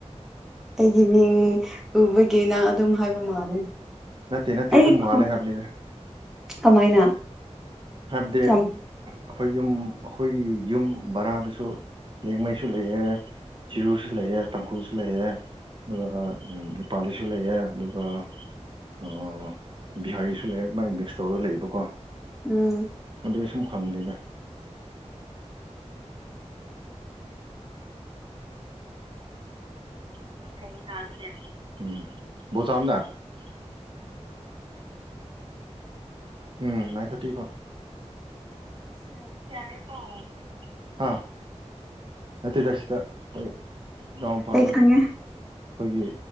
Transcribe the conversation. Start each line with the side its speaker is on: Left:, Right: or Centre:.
Centre: ꯑꯩꯒꯤ ꯃꯤꯡ ꯎꯕꯒꯤ ꯅꯪ ꯑꯗꯨꯝ ꯍꯥꯏꯕ ꯃꯥꯜꯂꯦ
Right: ꯅꯠꯇꯦ ꯅꯠꯇꯦ
Centre: ꯑꯩꯒꯤ
Right: ꯑꯗꯨꯝ
Centre: ꯈꯣ
Right: ꯃꯥꯜꯂꯦ ꯍꯥꯏꯕꯅꯤꯅ
Centre: ꯀꯃꯥꯏꯅ
Right: ꯍꯥꯏꯕꯗꯤ
Centre: ꯌꯥꯝ
Right: ꯑꯈꯣꯏ ꯌꯨꯝ ꯑꯈꯣꯏꯒꯤ ꯌꯨꯝ ꯕꯔꯥꯗꯁꯨ ꯂ꯭ꯌꯦꯃꯩꯁꯨ ꯂꯩꯌꯦ ꯆꯤꯔꯨꯁꯨ ꯂꯩꯌꯦ ꯇꯥꯡꯈꯨꯜꯁꯨ ꯂꯩꯌꯦ ꯑꯗꯨꯒ ꯎꯝ ꯄꯥꯥꯂꯤꯁꯨ ꯂꯩꯌꯦ ꯑꯗꯨꯒ ꯑ ꯕꯤꯍꯥꯔꯤꯁꯨ ꯂꯩꯔꯦ ꯑꯗꯨꯃꯥꯏ ꯃꯤꯛꯁ ꯇꯧꯔ ꯂꯩꯌꯦꯕꯀꯣ
Centre: ꯎꯝ
Right: ꯗꯨꯢ ꯁꯨꯝ ꯈꯪꯕꯅꯤꯗ <unintelligible> ꯎꯝ ꯅꯥꯢꯟ ꯊꯥꯔꯇꯤꯐꯥꯎ ꯌꯥꯔꯦꯀꯣ ꯍꯥ ꯅꯠꯇꯦꯗ ꯁꯤꯗ ꯑꯈꯣꯏ ꯏꯅꯥꯎꯅꯨꯄꯥꯗꯣ
Centre: ꯑꯩ ꯈꯪꯉꯦ
Right: ꯑꯈꯣꯏꯒꯤ